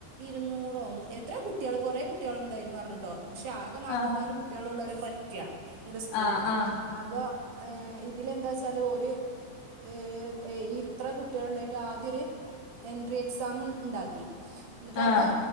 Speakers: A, on the right (about 55°); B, on the left (about 50°).
A: ഇരുന്നൂറോ എത്ര കുട്ടികൾ കൊറെേ കുട്ടികള ഉണ്ട അു പറഞ്ഞിട്ടോ പക്ഷെ ആകെ നാപ്പത്തിനാല്
B: ആഹ്
A: കുട്ടികളള്ളല പറ്റിയ എ സ്കൂളന്ന്
B: ആഹ് ആഹ്
A: അപ്പൊ ഇതിലെന്താ വച്ചാല് ഒരു ഏ ഈ എത്ര കുട്ടികൾ ഉണ്ടായിട്ട് ആദ്യ ഒരു എൻട്രി എക്സാം ഉണ്ടാക്കി എന്നിട്ട്
B: ആഹ്
A: അത്